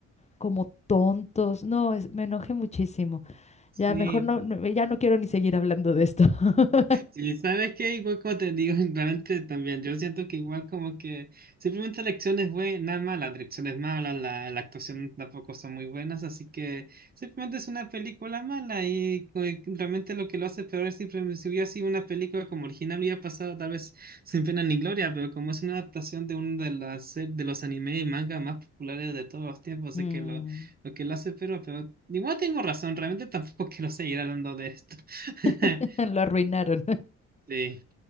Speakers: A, on the left; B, on the right.
A: como tontos. No, es- me enojé muchísimo.
B: sí,
A: Ya mejor no,
B: sí,
A: no- ya no quiero ni seguir hablando de esto. <laughs>
B: Sí, ¿sabes qué? Igual como te digo, <laughs> realmente también, yo siento que igual como que simplemente la acción es buena, mala, la dirección es mala, la, la actuación tampoco son muy buenas, así que simplemente es una película mala y co- y realmente lo que lo hace peor es simplemente si hubiera sido una película como original hubiera pasado tal vez sin pena ni gloria, pero como es una adaptación de uno de las se- de los anime y manga más populares de todos los tiempos,
A: Mm,
B: así que lo, lo que lo hace peor, pero igual tengo razón, realmente tampoco <laughs> quiero seguir hablando de esto. <laughs>
A: <laughs> Lo arruinaron.
B: Sí.